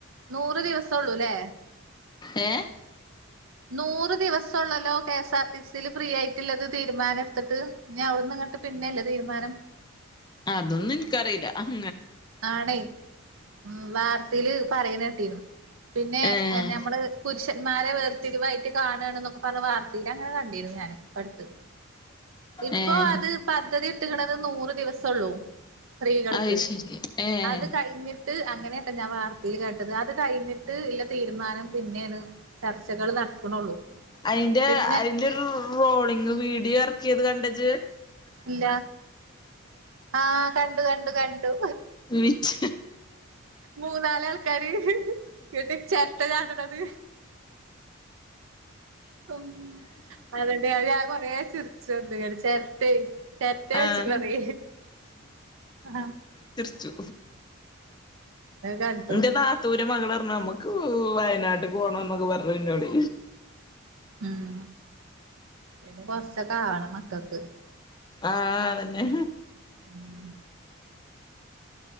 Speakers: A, on the right; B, on the left.
A: നൂറ് ദിവസം ഒള്ളൂല്ലേ
B: ഏ
A: നൂറ് ദിവസം ഉള്ളല്ലോ കെ എസ് ആർ ടി സിയിൽ ഫ്രീ ആയിട്ടിള്ളത് തീരുമാനം എടുത്തിട്ട് പിന്നെ അവിടുന്ന് ഇങ്ങട്ട് പിന്നെയല്ലേ തീരുമാനം
B: അതൊന്നും എനിക്കറിയില്ല ഉം
A: ആണെ ഉം വാർത്തീല് പറയ്ണേട്ടീനു പിന്നെ
B: ഏഹ്
A: വെ ഞമ്മള് പുരുഷന്മാരെ വേർതിരിവായിട്ട് കാണാണ്ന്നൊക്കെ പറഞ്ഞ് വാർ ലഅങ്ങനെ കണ്ടിരുന്നു ഞാന് പ്പട്ത്ത് ഇപ്പൊ
B: ഏഹ്
A: അത് പദ്ധതി ഇട്ട്ക്ക്ണത് നൂറ് ദിവസാെള്ളൂ സ്ത്രീകൾക്ക്
B: അത് ശരി ഏഹ്
A: അത് കഴിഞ്ഞിട്ട് അങ്ങനെട്ടാ ഞാ വാ ർത്തേൽ കേട്ടത് അത് കഴിഞ്ഞിട്ട് ഇല്ല തീര്മാനം പിന്നേണ് ചർച്ചകൾ നടക്കണുള്ളൂ
B: അയ്ന്റെ
A: പിന്നെ
B: അയ്ന്റെ റോളിങ് വീഡിയോ എറക്കിയെത് കണ്ടജ്ജ്
A: ഇല്ലാ ആ കണ്ടു കണ്ടു കണ്ടു
B: വിറ്റ്
A: മൂന്നാലാൾക്കാര് ങ്ങട്ട് ചെര്ട്ട ചാട്ണത് ഉം അതെന്നെ അത് ഞാൻ കൊറേ ചിർ ച്ചന്ന്ങ്ങട് ചെര്ട്ടെ ചെര്ട്ടെ
B: ആഹ്
A: വെച്ചിക്ക്ണതേ ആ
B: ച്ചു
A: കണ്ടു
B: ന്റെ നാത്തൂന്റെ മകള്റ് നമ്മുക്ക് വയനാട്ട്ക്ക് പോണംന്നൊക്കെ പറഞ്ഞു ഇന്നോടെ
A: ഉം പിന്നെ കൊറച്ചക്കാവണം മക്കക്ക്
B: ആ അതന്നെ
A: ഉം